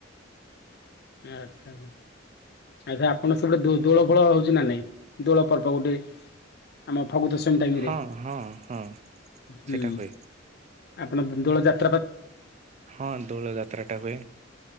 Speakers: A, on the left; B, on the right.
A: ଆଚ୍ଛା ଆଚ୍ଛା ଆପଣଙ୍କ ସେ ପଟେ ଦୋଳ ଫୋଳ ହଉଛି ନା ନାଇଁ। ଦୋଳପର୍ବ ଗୋଟେ ଆମ ଫଗୁ ଦଶମୀ ଟାଇମରେ
B: ହଁ ହଁ ହଁ
A: ହୁଁ
B: ସେଇଟା ହୁଏ
A: ଆ ଦୋଳ ଯାତ
B: ହଁ ଦୋଳ ଯାତ୍ରା ଟା ହୁଏ